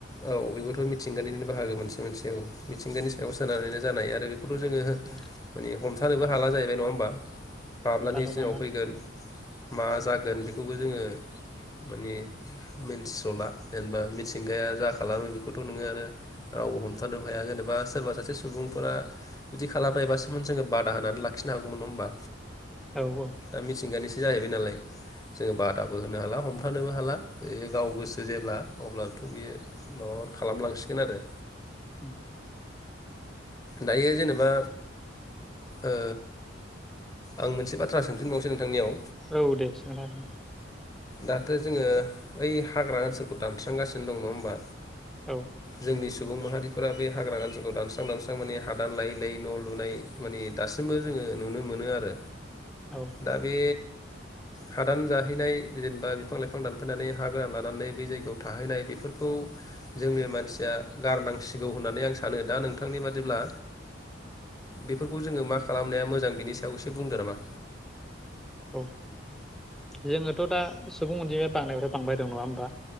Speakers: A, on the left; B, in the centre.
A: औ बेबोथ' मिथिंगानिनो बाहागो मोनसे मोनसे औ मिथिंगानि सायाव सोनारनानैनो जानाय आरो बे जोङो
B: औ
A: माने हम थानोबो हाला जाहैबाय नङा होमबा माब्लानि
B: हमथानो
A: दिनाव
B: हाला
A: फैगोन मा जागोन बेखौबो जोङो माने मिथिस'ला जेनेबा मिथिंगाया जागोन खालामो बेखौथ' नोङो आरो रावबो हमथानोबो हाया जेनेबा सोरबा सासे सुबुंफोरा जुदि खालामबायबासोमोन जोङो बादा होनानै लाखिनो हागौमोन नङा होमबा
B: औ औ
A: दा मिथिंगानि ए जाहैबाय नालाय जोङो बादाबो होनो हाला हमथानोबो हाला ओ गाव गोसो जेब्ला अब्लाथ' बियो माबा खालामलांसिगोन आरो
B: उम
A: दायो जेनेबा ओ आं मोनसे बाथ्रा सोंफिनबावनोसै नोंथांनियाव
B: औ दे सोंनो हागोन दे
A: दाथो जोङो ओइ हाग्रा ओनसोलखौ दानस्रांगासिनो दं नङा होमबा
B: औ
A: जोंनि सुबुं माहारिफोरा बे हाग्रा ओनसोखौ दानस्रां दानस्रां एबां माने हादान लायै लायै न' लुनाय मानि दासिमबो जोङो नुनो मोनो आरो
B: औ
A: दा बे हादान जाहैनाय जेनेबा बिफां लाइफां दानफैनानै हा गोरान लानानै बै जायगायाव थाहैनाय बेफोरखौ जोंनि मानसिया गारनांसिगौ होननानै आं सानो दा नोंथांनि बादि जेब्ला बेफोरखौ जोङो मा खालामनाया मोजां बिनि सायाव एसे बुंदो नामा
B: औ जोङोथ' दा सुबुं अनजिमाया बांनायफ्राय बांबायदोंं नङा होमबा